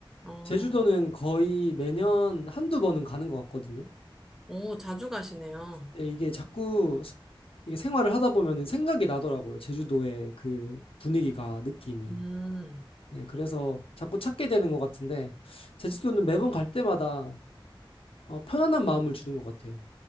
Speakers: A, in the centre; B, on the left (about 80°).
A: 어,
B: 제주도는 거의 매년 한두 번은 가는 것 같거든요.
A: 오, 자주 가시네요.
B: 네, 이게 자꾸 스- 이게 생활을 하다 보면은 생각이 나더라고요. 제주도의 그 분위기가, 느낌이.
A: 음,
B: 네, 그래서 자꾸 찾게 되는 것 같은데, 제주도는 매번 갈 때마다 어, 편안한 마음을 주는 것 같아요.